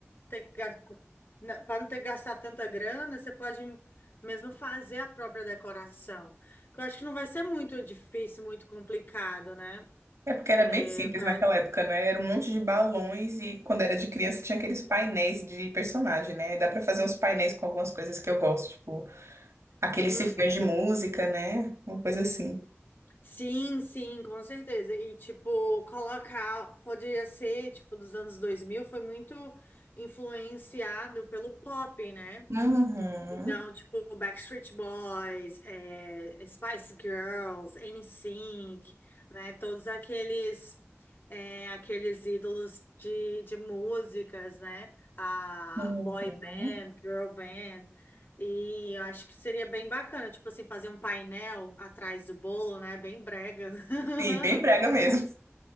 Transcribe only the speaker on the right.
É porque era bem
simples
naquela época, né? Era um monte de balões e quando era de criança tinha aqueles painéis de personagem, né? E dá pra fazer uns painéis com algumas coisas que eu gosto, tipo aqueles
cifrões de música, né? Uma coisa assim.
Uhum.
Uhum.
Sim, bem brega
mesmo.